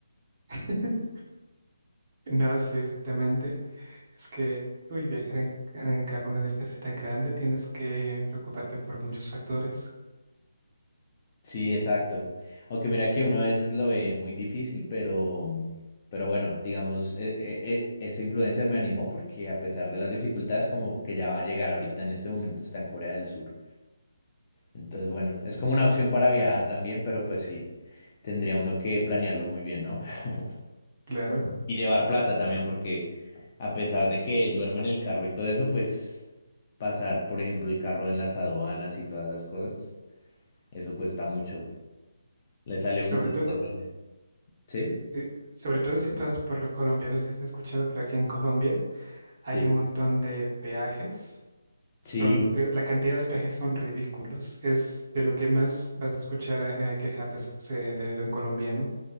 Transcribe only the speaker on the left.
Sí, exacto. Aunque mira que uno a veces lo ve muy difícil, pero, pero bueno, digamos, e- e- e- ese influencer me animó porque a pesar de las dificultades, como que ya va a llegar ahorita en este momento está en Corea del Sur. Entonces, bueno, es como una opción para viajar también, pero pues sí, tendría uno que planearlo muy bien, ¿no? <laughs>
Y llevar plata también, porque a pesar de que él duerme en el carro y todo eso, pues pasar, por ejemplo, el carro en las aduanas y todas esas cosas, eso cuesta mucho. Le sale
un...
le sale- ¿Sí?
Sí,
sí,